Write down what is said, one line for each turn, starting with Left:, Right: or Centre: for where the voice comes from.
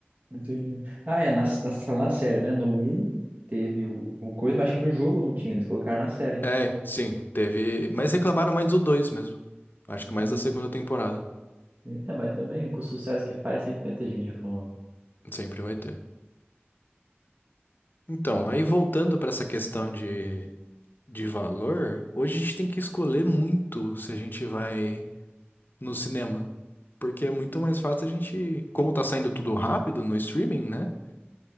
Right: Entendi. Ah, é, na, na, na série, né? No um teve o, o coisa, mas acho que no jogo não tinha, eles colocaram na série.
Left: É, sim, teve. Mas reclamaram mais do 2 mesmo. Acho
Right: Entendi.
Left: que mais da segunda temporada.
Right: É, mas também com o sucesso que faz, sempre vai ter gente reclamando.
Left: Sempre vai ter. Então, aí voltando pra essa questão de, de valor, hoje a gente tem que escolher muito se a gente vai no cinema. Porque é muito mais fácil a gente. Como tá saindo tudo rápido no streaming, né?